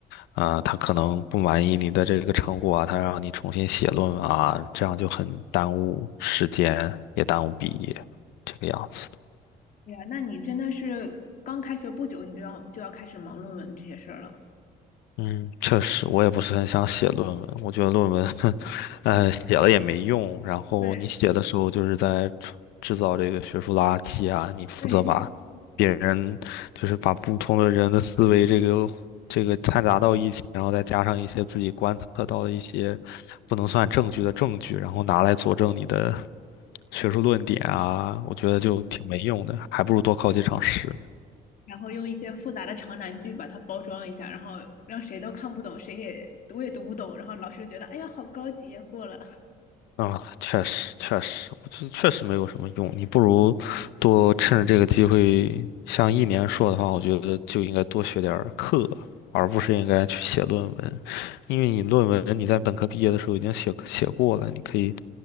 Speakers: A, on the left; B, on the left.
A: 啊，他可能不满意你的这个成果啊，他让你重新写论文啊，这样就很耽误时间，也耽误毕业，这个样子。
B: 对呀，那你真的是刚开学不久，你就要就要开始忙论文这些事儿了。
A: 嗯，确实，我也不是很想写论文。我觉得论文，<laughs> 呃，写了也没用。然后你写的时候，
B: 对
A: 就是在制制造这个学术垃圾啊。你负责把别人，
B: 对，
A: 就是把不同的人的思维，这个这个掺杂到一起，然后再加上一些自己观测到的一些不能算证据的证据，然后拿来佐证你的学术论点啊。
B: <laughs>
A: 我觉得就挺没用的，还不如多考几场试。
B: 然后用一些复杂的长难句把它包装一下，然后让谁都看不懂，谁也读也读不懂，然后老师就觉得哎呀好高级呀，过了。
A: 啊，确实确实，我觉得确实没有什么用。你不如多趁着这个机会，像一年硕的话，我觉得就应该多学点儿课，而不是应该去写论文。因为你论文你在本科毕业的时候已经写写过了，你可以